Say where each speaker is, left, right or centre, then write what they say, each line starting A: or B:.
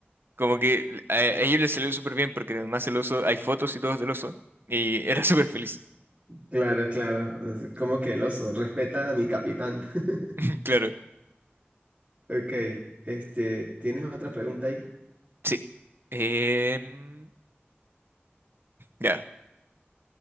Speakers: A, on the right; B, on the right.
A: como que a, a ellos les salió súper bien, porque además el oso, hay fotos y todo del oso, y era súper feliz,
B: Claro, claro. Como que el oso respeta a mi capitán. <laughs>
A: <laughs> claro.
B: Ok. Este, ¿tienes otra pregunta ahí?
A: Sí. Em, ya.